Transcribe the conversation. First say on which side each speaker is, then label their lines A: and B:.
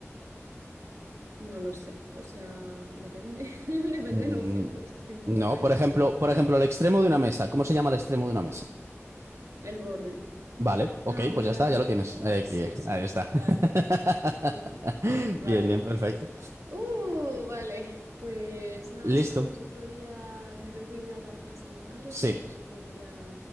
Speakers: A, on the right; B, on the right.
A: No lo sé, o sea, depende. <laughs> Depende
B: Mm,
A: del objeto, es que estoy un poco
B: no,
A: rayada.
B: por ejemplo, por ejemplo, el extremo de una mesa. ¿Cómo se llama el extremo de una mesa?
A: El borde.
B: Vale, ok,
A: Ah, bordar.
B: pues ya está, ya lo tienes.
A: Vale,
B: Eh,
A: sí,
B: que-
A: sí,
B: ahí está.
A: bordar,
B: <laughs>
A: bordado. Ujú. Vale.
B: Bien, bien, perfecto.
A: Uh, vale. Pues nada,
B: Listo.
A: si quieres otro día, me tengo que ir a dar clase a mi madre.
B: Sí,
A: Si quieres otro día,